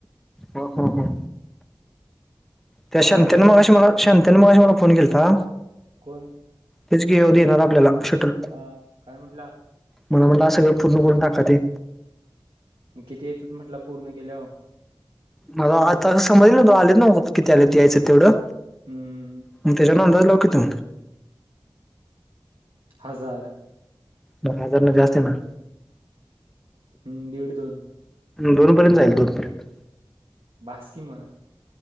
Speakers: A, in the centre; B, on the right (about 80°).
A: हा हा हा. त्या
B: कोण
A: शांत्यांन
B: आहे इथं
A: मगाशी मला, शांत्यांन मगाशी मला फोन केलता.
B: कोण
A: तेच की कधी येणार आपल्याला, शटर?
B: अं, काय म्हंटला?
A: म म्हन्टला सगळं पूर्ण करून टाका ते.
B: ग किती येत्यात, म्हटलं पूर्ण केल्यावर?
A: मला आता समजलना त आलेत ना, किती आलेत, यायचं तेवढं?
B: हम्म
A: म त्याच्यान अंदाज लाव कि तू.
B: हजार.
A: म हजार, ना जास्ती ना.
B: अंम्म, दीड दोन?
A: दोनपर्यंत जाईल, दोनपर्यंत.
B: बास्की म.